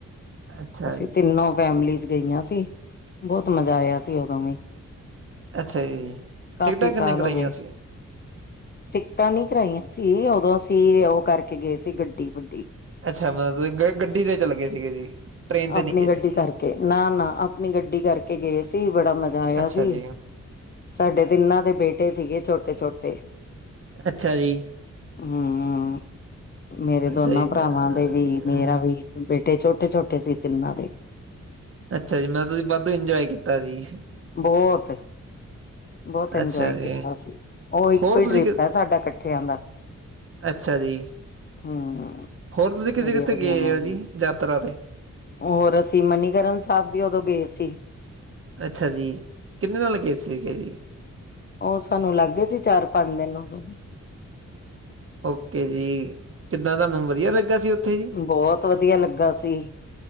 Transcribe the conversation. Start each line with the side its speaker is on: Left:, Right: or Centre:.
Right: ਅੱਛਾ
Left: ਅਸੀਂ
Right: ਜੀ
Left: ਤਿੰਨੋ ਫੈਮਲੀਜ਼ ਗਈਆਂ ਸੀ। ਬੋਤ ਮਜਾ ਆਇਆ ਸੀ, ਓਦੋਂ ਵੀ।
Right: ਅੱਛਾ ਜੀ।
Left: ਕਾਫੀ
Right: ਟਿਕਟਾਂ
Left: ਸਾਲ
Right: ਕਿੰਨੇ ਕਰਾਈਆਂ
Left: ਹੋ ਗਏ
Right: ਸੀ?
Left: ਟਿਕਟਾਂ ਨੀ ਕਰਾਈਆਂ ਸੀ, ਓਦੋਂ ਅਸੀਂ ਓ ਕਰਕੇ ਗਏ ਸੀ ਗੱਡੀ ਵੱਡੀ।
Right: ਅੱਛਾ ਮਤਲਬ ਗ ਗੱਡੀ ਤੇ ਚਲ ਗਏ ਸੀਗੇ ਜੀ। ਟ੍ਰੇਨ ਤੇ
Left: ਆਪਨੀ
Right: ਨਹੀਂ ਗਏ
Left: ਗੱਡੀ
Right: ਸੀਗੇ
Left: ਕਰਕੇ। ਨਾ-ਨਾ ਆਪਨੀ ਗੱਡੀ ਕਰਕੇ ਗਏ ਸੀ, ਬੜਾ ਮਜਾ ਆਇਆ
Right: ਅੱਛਾ
Left: ਸੀ।
Right: ਜੀ
Left: ਸਾਡੇ ਤਿੰਨਾਂ ਦੇ ਬੇਟੇ ਸੀਗੇ ਛੋਟੇ-ਛੋਟੇ।
Right: ਅੱਛਾ ਜੀ।
Left: ਹੂੰ, ਮੇਰੇ
Right: ਅੱਛਾ
Left: ਦੋਨਾਂ
Right: ਜੀ
Left: ਭਰਾਵਾਂ ਦੇ ਵੀ, ਮੇਰਾ
Right: ਅਮ,
Left: ਵੀ। ਬੇਟੇ ਛੋਟੇ-ਛੋਟੇ ਸੀ ਤਿੰਨਾਂ ਦੇ।
Right: ਅੱਛਾ ਜੀ ਮਤਲਬ ਤੁਈ ਵਾਧੂ ਇੰਜੋਏ ਕੀਤਾ ਸੀ।
Left: ਬੋਹੋਤ, ਬੋਤ ਇੰਜੋਏ
Right: ਅੱਛਾ ਜੀ
Left: ਕੀਤਾ ਸੀ। ਓ ਇੱਕੋ
Right: ਹੋਰ
Left: ਈ
Right: ਤੁਸੀਂ
Left: ਟ੍ਰਿਪ
Right: ਕਿ
Left: ਐ ਸਾਡਾ ਕੱ ਠਿਆਂ ਦਾ।
Right: ਅੱਛਾ ਜੀ।
Left: ਹੂੰ।
Right: ਹੋਰ ਤੁਸੀਂ ਕਿਤੇ
Left: ਬੜੀਆ
Right: ਕਿੱਥੇ
Left: ਵਧੀਆ
Right: ਗੇ
Left: ਮੈਮਰੀਜ਼
Right: ਓ ਜੀ ਯਾਤਰਾ ਤੇ?
Left: ਹੋਰ ਅਸੀਂ ਮਨੀਕਰਨ ਸਾਬ ਵੀ ਓਦੋਂ ਗੇ ਸੀ।
Right: ਅੱਛਾ ਜੀ। ਕਿੰਨੇ ਨਾਲ ਲੱਗੇ ਸੀਗੇ ਜੀ।
Left: ਓ ਸਾਨੂੰ ਲੱਗ ਗਏ ਸੀ ਚਾਰ-ਪੰਜ ਦਿਨ ਓਦੋਂ
Right: ਓਕੇ ਜੀ। ਕਿੱਦਾਂ ਤੁਆਨੂੰ ਵਧੀਆ ਲੱਗਾ ਸੀ ਉੱਥੇ ਜੀ
Left: ਬੋਹੋਤ ਵਧੀਆ ਲੱਗਾ ਸੀ।